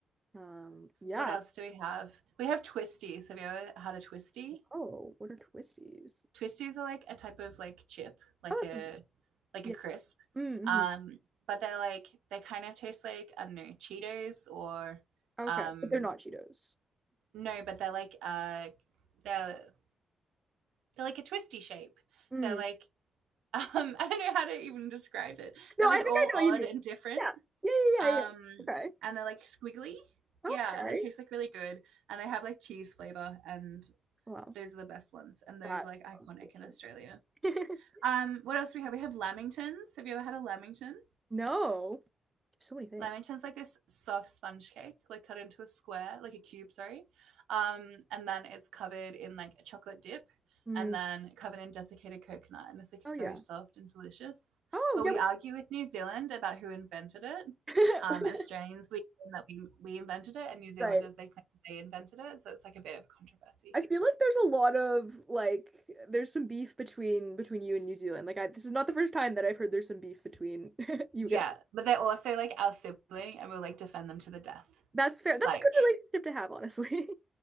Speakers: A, on the right; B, on the right.
A: Um, yeah.
B: What else do we have? We have twisties. Have you ever had a twisty?
A: Oh, what are twisties?
B: Twisties are like a type of like chip, like
A: Oh, that
B: a
A: sounds good.
B: like
A: Yeah.
B: a crisp.
A: Mm-hmm.
B: Um, but they're like they kind of taste like I don't know Cheetos or
A: Okay,
B: um,
A: but they're not Cheetos.
B: no, but they're like uh, they're they're like a twisty shape.
A: Mm.
B: They're like <laughs> um, I don't know how to even describe it.
A: No,
B: They're
A: I
B: like
A: think
B: all
A: I know
B: odd
A: what you mean.
B: and different,
A: Yeah. Yeah,
B: um,
A: yeah, yeah, yeah. Okay.
B: and they're like squiggly.
A: Okay.
B: Yeah, they taste like really good, and they have like cheese flavor and
A: Wow.
B: those are the best ones, and those
A: That
B: are like iconic
A: sounds delicious.
B: in Australia.
A: <laughs>
B: Um, what else do we have? We have lamingtons. Have you ever had a lamington?
A: No. There's so many things.
B: Lamington's like this soft sponge cake, like cut into a square, like a cube, sorry. Um, and then it's covered in like a chocolate dip
A: Mm.
B: and then covered in desiccated coconut. And it's like so
A: Oh yeah.
B: soft and delicious.
A: Oh
B: But we
A: yeah.
B: argue with New Zealand about who invented it.
A: we- <laughs>
B: Um, and Australians, we claim that we, we invented it, and New Zealanders,
A: Right.
B: they claim they invented it. So it's like a bit of controversy.
A: I feel like there's a lot of like there's some beef between between you and New Zealand. Like I, this is not the first time that I've heard there's some beef between <laughs> you
B: Yeah,
A: guys.
B: but they're also like our sibling and we'll like defend them to the death.
A: That's fair. That's
B: Like
A: a good relationship to have, honestly.